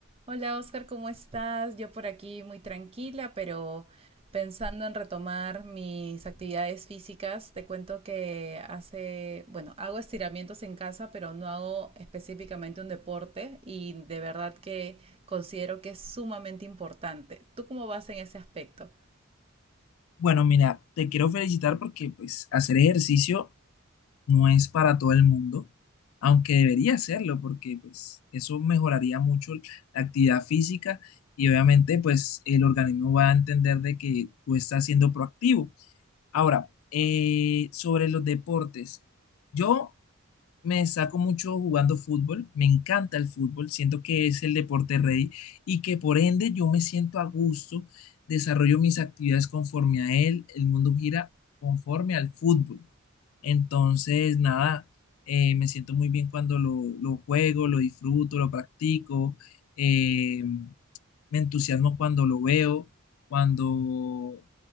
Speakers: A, on the right; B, on the left.
A: Hola Oscar, ¿cómo estás? Yo por aquí muy tranquila, pero pensando en retomar mis actividades físicas, te cuento que hace, bueno, hago estiramientos en casa, pero no hago específicamente un deporte y de verdad que considero que es sumamente importante. ¿Tú cómo vas en ese aspecto?
B: Bueno, mira, te quiero felicitar porque pues hacer ejercicio no es para todo el mundo, aunque debería hacerlo porque pues eso mejoraría mucho la actividad física y obviamente pues el organismo va a entender de que tú estás siendo proactivo. Ahora, eh, sobre los deportes, yo me destaco mucho jugando fútbol, me encanta el fútbol, siento que es el deporte rey y que por ende yo me siento a gusto, desarrollo mis actividades conforme a él, el mundo gira conforme al fútbol. Entonces, nada, eh, me siento muy bien cuando lo, lo juego, lo disfruto, lo practico. eh, me entusiasmo cuando lo veo, cuando,